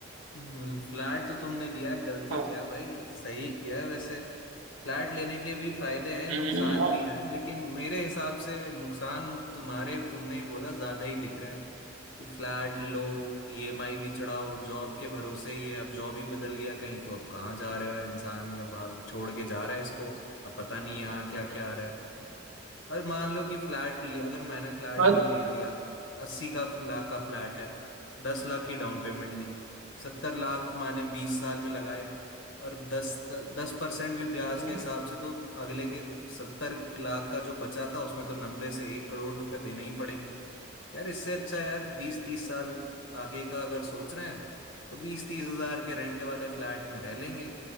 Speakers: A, on the left; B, on the right.
A: हम्म फ्लैट तो तुमने लिया है गलती
B: हाँ
A: क्या भाई सही किया है वैसे फ्लैट लेने के भी फायदे हैं
B: हाँ
A: नुकसान भी हैं लेकिन मेरे हिसाब से नुकसान तुम्हारे तुमने ही बोला ज्यादा ही दिख रहे हैं कि फ्लैट लो ईएमआई भी चढ़ाओ जॉब के भरोसे ही है अब जॉब ही बदल गया कहीं तो अब कहाँ जा रहे हो इंसान या भाग छोड़ के जा रहा है इसको अब पता नहीं यहाँ क्या क्या आ रहा है और मान लो कि फ्लैट ले, अगर मैंने फ्लैट
B: हाँ
A: भी ले लिया अस्सी का लाख का फ्लैट है दस लाख की डाउन पेमेंट दी सत्तर लाख मैंने बीस साल में लगाए और दस दस परसेंट भी ब्याज
B: हाँ,
A: के हिसाब से तो अगले के सत्तर लाख का जो बचा था उसमें तो नब्बे से एक करोड़ रुपए देने ही पड़ेंगे यार इससे अच्छा है यार बीस तीस साल आगे का अगर सोच रहे हैं तो बीस तीस हजार के रेंट वाले फ्लैट में रह लेंगे